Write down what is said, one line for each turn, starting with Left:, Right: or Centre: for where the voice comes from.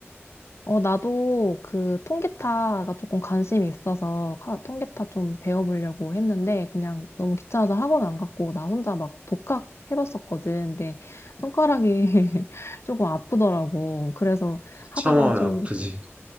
Left: 어, 나도 그 통기타가 조금 관심이 있어서 카- 통기타 좀 배워보려고 했는데 그냥 너무 귀찮아서 학원 안 갔고 나 혼자 막 독학 해봤었거든. 근데 손가락이 <laughs> 조금 아프더라고. 그래서 하다가
Right: 참하면
Left: 좀
Right: 아프지